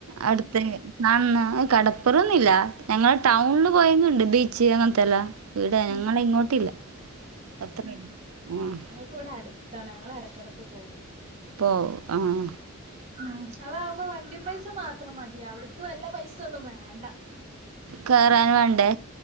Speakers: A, on the right (about 85°); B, on the right (about 30°).
A: അടുത്തന്ന നന്നാ കടപ്പൊറൊന്നില്ല. ഞങ്ങള്
B: ഉം
A: ടൗൺല് പോയിങ്ങണ്ട് ബീച്ച് അങ്ങനത്തെല്ലാ. ഇവിട
B: ഉം
A: ഞങ്ങളെ ഇങ്ങോട്ടില്ല. അത്ര <unintelligible>
B: പ്പ് ഇവടെ അട്ത്താണ് ഞങ്ങള് എടക്കടക്ക് പോകും.
A: പ്പൊ ആഹ്
B: ഉം, അതാകുമ്പോ വണ്ടി പ്പൈസ മാത്രം മതി. അവിട്ക്ക് വല്ല പൈസ ഒന്നും വേണ്ട.
A: കയറാന് വേണ്ടേ?